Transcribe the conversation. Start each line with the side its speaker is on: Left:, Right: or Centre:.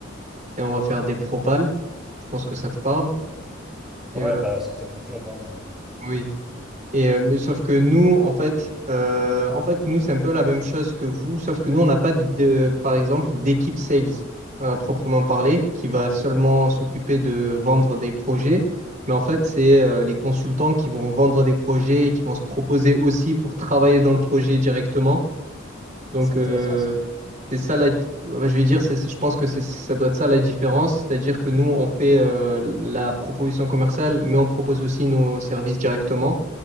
Right: et on va faire des propals. Je pense que ça te parle.
Centre: Ouais,
Right: Et, euh,
Centre: bah, c'était mon job, hein. euh.
Right: oui. Et euh, mais sauf que nous, en fait, euh, en fait, nous, c'est un peu la même chose que vous, sauf que nous, on n'a pas de, par exemple, d'équipe sales euh, à proprement parler, qui va seulement s'occuper de vendre des projets. Mais en fait, c'est euh, les consultants qui vont vendre des projets, qui vont se proposer aussi pour travailler dans le projet directement. Donc,
Centre: Ah, c'est
Right: euh,
Centre: intéressant, ça.
Right: c'est ça
Centre: Ok,
Right: la, ouais, je vais dire, c'est, c'est- je pense que c'est, ça doit être ça la différence, c'est-à-dire que nous, on fait euh, la proposition commerciale, mais on propose aussi nos services directement.